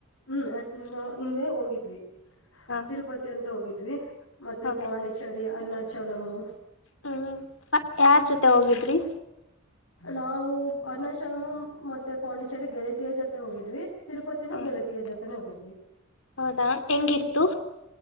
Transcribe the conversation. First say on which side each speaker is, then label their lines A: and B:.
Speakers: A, on the left; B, on the left.
A: ಹ್ಮ್ ಎರಡ್ ತಿಂಗ್ಗಳ ಹಿಂದೆ ಹೋಗಿದ್ವಿ
B: ಹಾ
A: ತಿರುಪತಿ ಅಂತ ಹೋಗಿದ್ವಿ ಮತ್ತೆ
B: ಹಾ
A: ಪಾಂಡಿಚರಿ ಅನ್ನಾಚಲಮು
B: ಹ್ಮ್ ಯಾರ್ ಜೊತೆ ಹೋಗಿದ್ರಿ
A: ನಾವು ಅರುಣಾಚಲಮ ಮತ್ತೆ ಪಾಂಡಿಚೇರಿ ಗೆಳತಿಯ ಜೊತೆ ಹೋಗಿದ್ವಿ ತಿರುಪತಿನೂ
B: ಹ
A: ಗೆಲತಿಯ ಜೊತೆನೇ ಹೋಗಿದ್ವಿ
B: ಹೌದಾ ಹೆಂಗಿತ್ತು